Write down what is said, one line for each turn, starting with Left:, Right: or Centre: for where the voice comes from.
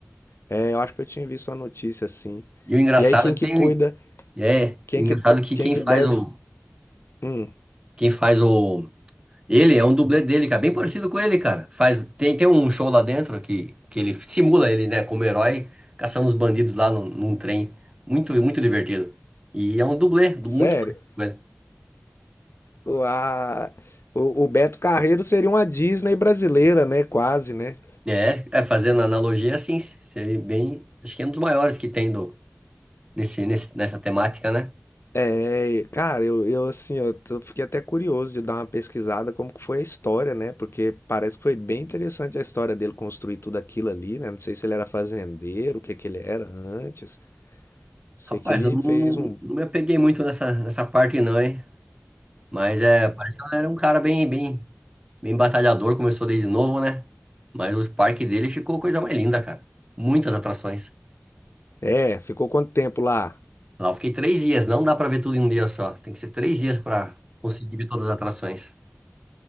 Left: É, eu acho que eu tinha visto uma notícia assim.
Right: E o engraçado
Left: E aí quem
Right: é que
Left: que
Right: tem.
Left: cuida,
Right: É,
Left: quem
Right: o engraçado
Left: que,
Right: é que
Left: quem
Right: quem
Left: que
Right: faz
Left: deve.
Right: o.
Left: Hum,
Right: Quem faz o Ele é um dublê dele, cara, bem parecido com ele, cara. Faz, tem, tem um show lá dentro que, que ele simula ele, né, como herói, caçando os bandidos lá num, num trem. Muito, muito divertido. E é um dublê, du-
Left: sério,
Right: muito parecido com ele.
Left: o, a- o, o Beto Carreiro seria uma Disney brasileira, né? Quase, né?
Right: É, é, fazendo analogia assim, seria bem. Acho que é um dos maiores que tem do, nesse, nesse, nessa temática, né?
Left: É, cara, eu, eu assim, eu tô- fiquei até curioso de dar uma pesquisada como que foi a história, né? Porque parece que foi bem interessante a história dele construir tudo aquilo ali, né? Não sei se ele era fazendeiro, o que que ele era antes. Sei
Right: Rapaz,
Left: que ele
Right: eu não,
Left: fez
Right: não,
Left: um.
Right: não me apeguei muito nessa, nessa parte, não, hein? Mas é, parece que ela era um cara bem, bem. Bem batalhador, começou desde novo, né? Mas o parque dele ficou coisa mais linda, cara. Muitas atrações.
Left: É, ficou quanto tempo lá?
Right: Lá eu fiquei três dias, não dá pra ver tudo em um dia só. Tem que ser três dias pra conseguir ver todas as atrações.